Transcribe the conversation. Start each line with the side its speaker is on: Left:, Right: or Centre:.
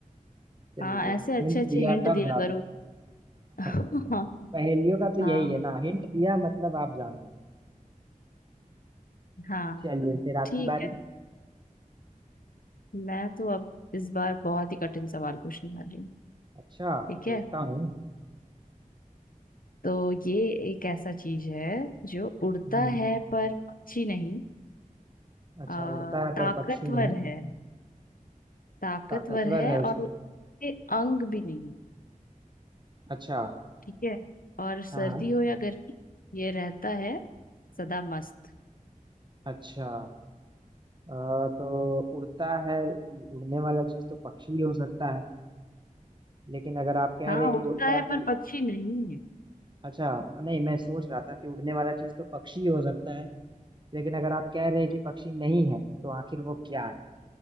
Right: चलिए
Left: हाँ ऐसे अच्छे
Right: हिंट
Left: अच्छे
Right: दिया
Left: हिंट
Right: तब
Left: दिया
Right: ना
Left: करो <laughs>
Right: <laughs>
Left: हाँ
Right: पहेलियों का तो
Left: हाँ
Right: यही है ना हिंट दिया मतलब आप जान जाए
Left: हाँ
Right: चलिए फिर आपकी
Left: ठीक
Right: बारी
Left: है मैं तो अब इस बार बहुत ही कठिन सवाल पूछने वाली हूँ
Right: अच्छा
Left: ठीक है
Right: देखता हूँ
Left: तो ये एक ऐसा चीज है जो उड़ता
Right: हम्म,
Left: है पर पक्षी नहीं
Right: अच्छा
Left: आ,
Right: उड़ता है
Left: ताकतवर
Right: पर पक्षी नहीं
Left: है ताकतवर
Right: ताकतवर
Left: है
Right: है उस
Left: और उसके अंग भी नहीं है
Right: अच्छा
Left: ठीक है और सर्दी
Right: हाँ हाँ
Left: हो या गर्मी ये रहता है सदा मस्त
Right: अच्छा अ, तो उड़ता है उड़ने वाला चीज तो पक्षी ही हो सकता है लेकिन अगर आप कह
Left: हाँ
Right: रहे हैं कि
Left: उड़ता
Right: उड़ता
Left: है
Right: भी
Left: पर पक्षी नहीं है
Right: अच्छा नहीं मैं सोच रहा था कि उड़ने वाला चीज तो पक्षी ही हो सकता है लेकिन अगर आप कह रहे हैं कि पक्षी नहीं है तो आखिर वो क्या है